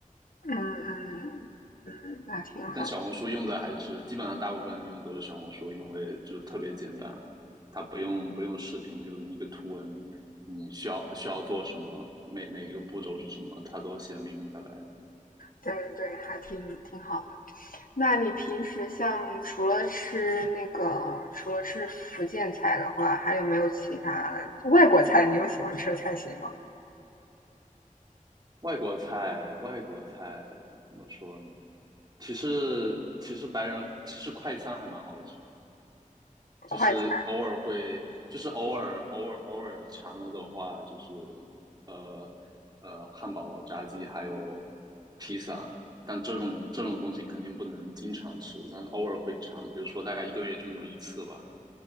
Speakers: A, on the left; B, on the right.
A: 嗯嗯嗯，那挺好的，
B: 但小红书用的还是基本上大部分用的都是小红书，因为就是特别简单，它不用不用视频，就是一个图文，你需要需要做什么，每每一个步骤是什么，它都写的明明白白的。
A: 对对，还挺挺好的。那你平时像除了吃那个，除了吃福建菜的话，还有没有其他外国菜？你有喜欢吃的菜系吗？
B: 外国菜，外国菜怎么说呢？其实其实白人其实快餐还蛮好吃，就是偶尔会，
A: 快餐？
B: 就是偶尔偶尔偶尔馋了的话，就是呃呃汉堡、炸鸡还有披萨，但这种这种东西肯定不能经常吃，但是偶尔会馋，比如说大概一个月就那么一次吧，